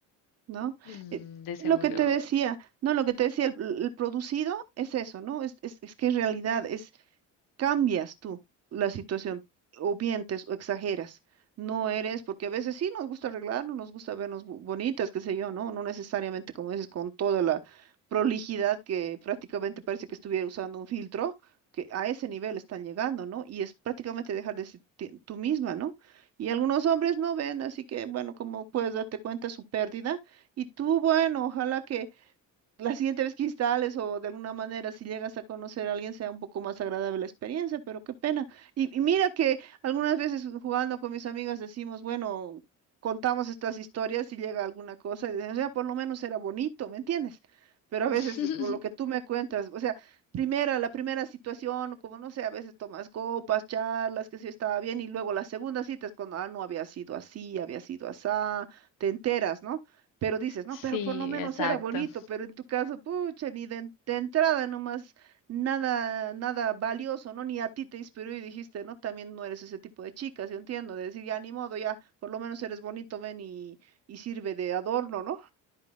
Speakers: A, on the right; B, on the left.
A: ¿no?
B: mm,
A: Eh,
B: de seguro.
A: lo que te decía, no, lo que te decía, el, el producido es eso, ¿no? Es, es, es que es realidad, es, cambias tú la situación, o mientes o exageras. No eres, porque a veces sí nos gusta arreglarnos, nos gusta vernos bu- bonitas, qué sé yo, ¿no? No necesariamente, como dices, con toda la prolijidad que prácticamente parece que estuviera usando un filtro, que a ese nivel están llegando, ¿no? Y es prácticamente dejar de ser ti- tú misma, ¿no? Y algunos hombres no ven, así que, bueno, como puedes darte cuenta, su pérdida. Y tú, bueno, ojalá que la siguiente vez que instales o de alguna manera si llegas a conocer a alguien sea un poco más agradable la experiencia, pero qué pena. Y, y mira que algunas veces jugando con mis amigas decimos, bueno, contamos estas historias y llega alguna cosa y decimos, ya por lo menos era bonito, ¿me entiendes? Pero a veces
B: <laughs>
A: con lo que tú me cuentas, o sea, primera, la primera situación, como no sé, a veces tomas copas, charlas, que sí estaba bien, y luego la segunda cita es cuando, ah, no había sido así, había sido asá, te enteras, ¿no? pero dices, no,
B: Sí,
A: pero por lo menos
B: exacto.
A: era bonito, pero en tu caso, pucha, ni de, en- de entrada nomás, nada, nada valioso, ¿no? Ni a ti te inspiró y dijiste, no, también no eres ese tipo de chica, yo entiendo, de decir, ya ni modo, ya, por lo menos eres bonito, ven y, y sirve de adorno, ¿no?